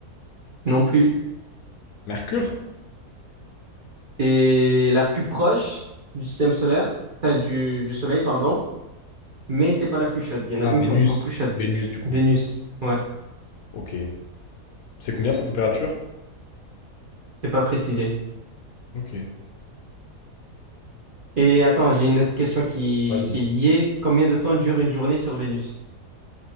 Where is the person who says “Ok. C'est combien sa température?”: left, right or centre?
Left